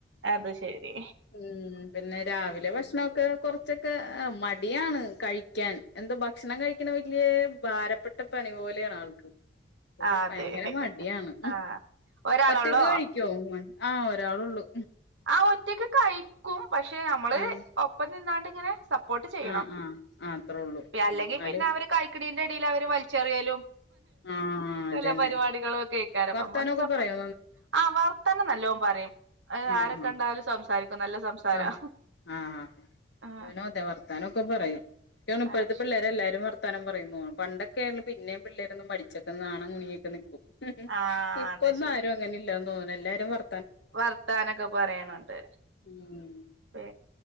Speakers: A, on the right; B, on the left.
A: അത് ശരി
B: ഉം പിന്നെ രാവിലെ ഭക്ഷണൊക്കെ കൊറച്ചൊക്കെ ആ മടിയാണ് കഴിക്കാൻ എന്ത ഭക്ഷണം കഴിക്കണ വല്യ ഭാരപ്പെട്ട പണി പോലെണ് ആൾക്ക് ഒരു
A: ആ അതെ
B: ഭയങ്കര മടിയാണ്
A: ആ ഒരാളൊള്ളോ
B: ഒറ്റക്ക് കഴിക്കോ മോൻ ആ ഒരാള് ഉള്ളൂ
A: ആ ഒറ്റക്ക് കഴിക്കും പക്ഷെ നമ്മള്
B: ആഹ്
A: ഒപ്പം നിന്നാണ്ട് ഇങ്ങനെ സ പ്പോട്ട് ചെയ്യണം
B: ആഹ് ആഹ് ആഹ് അത്രേ ഉള്ളൂ ആഹ്
A: അല്ലെങ്കിപിന്നെ
B: എന്നാലും
A: അവര് കഴിക്ക്ണിന്റെ എടേൽ അവർ വ ചെറിയലും
B: ആഹ്
A: പല
B: അതന്നെ
A: പരിപാടികളും ഒക്കെ ക്കാരം
B: വർത്താനൊക്കെ
A: നമ്മളൊന്ന് സപ്പോർട്
B: പറയോ
A: ആ വാർത്തനം നല്ലോ പറയും അത്
B: അ
A: ആരെ
B: അ
A: കണ്ടാലും സംസാരിക്കും നല്ല സംസാരാ
B: അ ആ
A: ആഹ്
B: ഓനോ അതെ വർത്താനൊക്കെ പറയും ഇപ്പഴത്തെ
A: അത്
B: പിള്ളേരെല്ലാരും
A: ശരി
B: വ ത്താനം പറയും തോന്ന് പണ്ടൊക്കെ ണ് പിന്നെയും പിള്ളേരൊന്നും മടിച്ചൊക്കെ നാണം കുണിയൊക്കെ നിക്കും ഉം
A: ആഹ്
B: ഇപ്പൊന്നും
A: അത് ശരി
B: ആരും അങ്ങനെ ഇല്ലന്ന് തോന്നുന്നു എല്ലാരും വർ
A: വർത്താനൊക്കെ പറയണ്ണ്ട്
B: ഉം
A: പി